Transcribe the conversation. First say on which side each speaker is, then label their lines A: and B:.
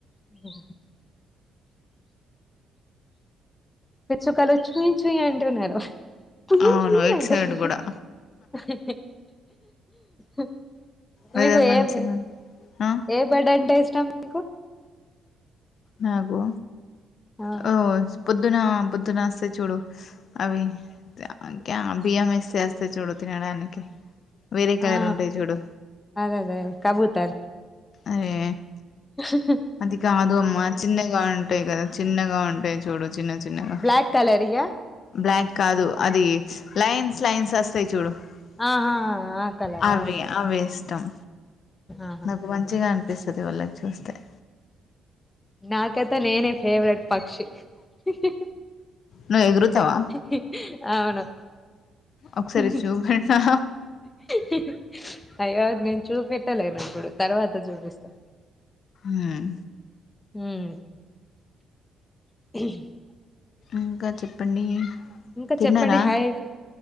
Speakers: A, on the left; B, on the left.
A: ఓ పిచ్చుకలు చుయ్ చుయ్ అంటున్నారు. చుయ్
B: అవును
A: చుయ్
B: ఇటు
A: అంటు
B: సైడ్
A: హ్
B: గూడా
A: హి అహ్
B: వెదర్
A: మీకు
B: మంచిగా
A: ఏం
B: ఆ
A: ఏం బడంటే ఇష్టం మీకు
B: నాకు
A: ఆ
B: ఓ పొద్దున, పొద్దునొస్తాయి చూడు అవి క్యా క్యా బియ్యమేస్తే వస్తాయి చూడు తినడానికి వేరే కలర్
A: ఆ
B: ఉంటాయి చూడు
A: అదేదే కబూతర్
B: అరే
A: హ్ హ్
B: అట్లా కాదు అమ్మా చిన్నగా ఉంటాయి కదా. చిన్నగా ఉంటాయి చూడు చిన్న చిన్నగా
A: బ్లాక్ కలర్యా
B: బ్లాక్ కాదు అది లైన్స్ లైన్స్ వస్తాయి చూడు.
A: ఆహా
B: ఆ
A: ఆ కలరా
B: అవే అవే ఇష్టం
A: ఆహా
B: నాకు మంచిగా అని పెసది వాళ్ళ లంచ్ కొస్తాయి.
A: నాకైతే నేనే ఫేవరెట్ పక్షి హ్
B: నువ్వు ఎగురుతావా
A: హి హ్ అవును
B: ఒకసారి
A: హ్ హి
B: చూపెట్నా
A: హ్ అయ్యో నేను చూపెట్టలేను ఇప్పుడు తర్వాత చూపిస్తా
B: మ్
A: మ్
B: ఇంకా చెప్పండి.
A: ఇంకా
B: తిన్నారా
A: చెప్పండి హైట్